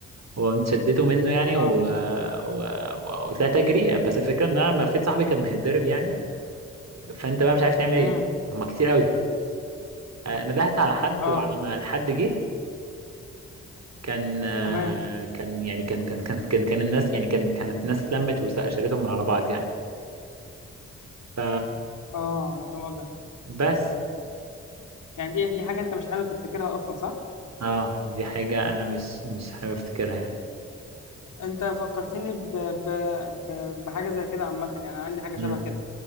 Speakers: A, on the right; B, on the left.
A: هو شدته منه يعني
B: اه
A: و... و... و... وطلعت اجري بس الفكره ان انا لما لفيت صاحبي كان بيتضرب يعني فانت بقى مش عارف تعمل ايه
B: امم
A: هما كتير قوي آه، ندهت على حد
B: اه
A: وعلى ما الحد جه كان آه،
B: تمام
A: كان يعني كان كان كان كان كان الناس يعني كان كانت الناس اتلمت وشالتهم من على بعض يعني ف
B: اه انا فاهم قصدك
A: بس
B: يعني دي دي حاجه انت مش حابب تفتكرها اصلا صح
A: اه دي حاجة انا مش مش حابب افتكرها يعني
B: انت فكرتني ب... ب... ب... بحاجه زي كده عامه يعني انا عندي حاجه
A: امم
B: شبه كده